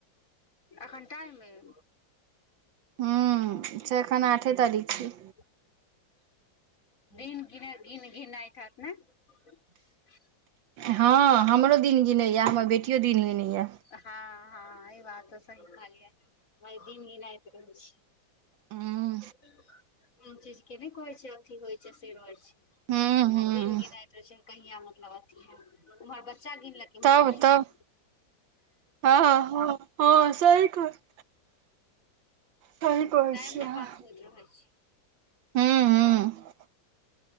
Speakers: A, on the left (about 40°); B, on the right (about 75°).
A: एखन टाइम हैय
B: हु से एखन आठे तारीख छै
A: <unintelligible> दिन गिने गिन गिनैय काटनैय <unintelligible>
B: हँ हमरो दिन गिनैए हमर बेटियो दिन गिनैए
A: हँ हँ ई बात तऽ सही कहलियै हम दिन गनाइत रहै छी
B: हूँ
A: <unintelligible> केन चीज केँ नै कहै छै अथी होइ छै से रहै छै
B: हूँ हूँ
A: दिन गिनैत रहै छै कहिया मतलब अथी है उम्हर बच्चा गिनलैक एम्हर
B: तब
A: अपने
B: तब
A: गिन
B: <unintelligible> हँ सही कहलियै सही कहै
A: टाइम
B: छैय
A: नहि
B: अहाँ
A: पास रहै छी
B: हूँ